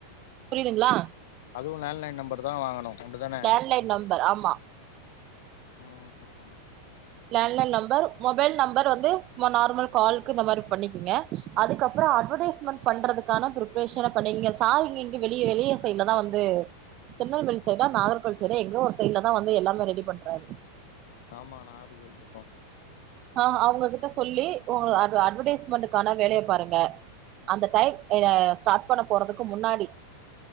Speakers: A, on the right; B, on the left.
A: புரியுதுங்களா
B: அதுவு லேண்ட்லைன் நம்பர் தா வாங்கணு அப்டிதான
A: லேண்ட்லைன் நம்பர் ஆமா
B: ம்
A: லேண்ட்லைன் நம்பர் மொபைல் நம்பர் வந்து நார்மல் காலுக்கு இந்த மாரி பண்ணிக்கங்க அதுக்கப்புறோ அட்வடைஸ்மெண்ட் பண்றதுக்கான பிப்பரேஷன இப்ப நீங்க சார்ங்க இங்க வெளி வெளிய சைடுல தா வந்து திருநெல்வேலி சைடா நாகர்கோயில் சைடா எங்கோ ஒரு சைடுல தா வந்து எல்லாமே ரெடி பண்றாரு
B: ஆமா நாகர்கோயில் பக்கோ
A: ஆ அவங்ககிட்ட சொல்லி உங்க அட்வடைஸ்மெண்ட்டுக்கான வேலய பாருங்க அந்த டைம் ஆ ஸ்டார்ட் பண்ண போறதுக்கு முன்னாடி